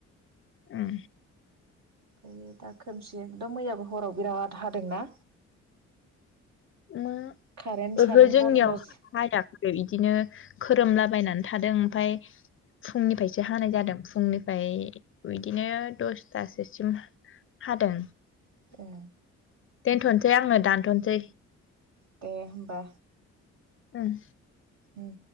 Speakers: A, on the left (about 45°); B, on the right (about 65°).
A: उम
B: ओमफ्राय दा खोमसि एखदम मैयाबो हराव बिराद हादोंना
A: उम
B: कारेन्ट
A: ओहो
B: सारेन्ट
A: जोंनियाव
B: बन्द'
A: हाया खै बिदिनो खोरोमलाबायनानै थादों ओमफ्राय फुंनिफ्रायसो हानाय जादों फुंनिफ्राय बिदिनो दसथासोसिम हादों
B: ए
A: दोनथनोसै आंनो दानथनोसै
B: दे होनबा
A: उम
B: उम